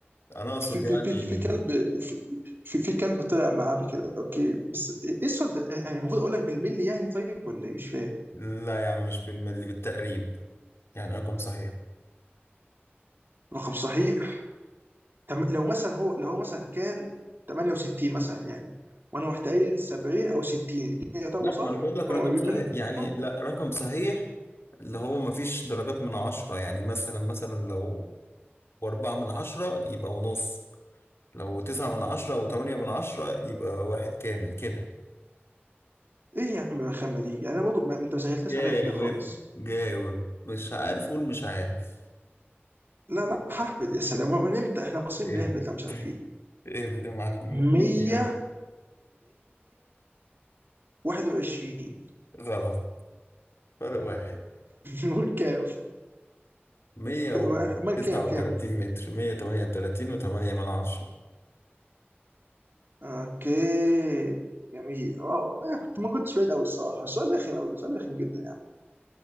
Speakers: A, on the left; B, on the right.
A: انا اقصد
B: في في
A: يعني
B: في في كلب في في في كلب طلع معاه بكده اوكي بس ايه السؤال ده يعني المفروض اقول لك بالملي يعني طيب ولا ايه مش فاهم
A: لا يا عم مش بالملي بالتقريب يعني رقم صحيح
B: رقم صحيح تم- لو مثلا هو لو هو مثلا كان 68 مثلا يعني وانا رحت قايل 70 او 60 الاتنين يعتبروا
A: لا
B: صح
A: ما انا بقول لك رقم
B: هم قريبين
A: صحيح يعني
B: منه
A: لا رقم صحيح اللي هو ما فيش درجات من عشرة يعني مثلا مثلا لو أربعة من عشرة يبقى ونص لو تسعة من عشرة أو تمانية من عشرة يبقى واحد كامل كده
B: ايه يا عم الرخامه دي يعني انا برضه ما ما انت ما سهلتش
A: جاوب
B: عليا كده خالص
A: جاوب مش عارف قول مش عارف
B: لا لا ههبد يا سلام من امتى احنا مصريين
A: ايه
B: بنهبد لا مش عارفين
A: ايه كده يا معلم
B: 100
A: وريني يلا.
B: 121
A: غلط فرق واحد
B: وكام
A: مية
B: <laughs> امال كام
A: وتسعة
B: كام
A: وتلاتين متر مية تمانية وتلاتين وتمانية من عشرة
B: اوكي جميل واو انا كنت ما كنتش بعيد قوي الصراحه السؤال رخم قوي السؤال رخم جدا يعني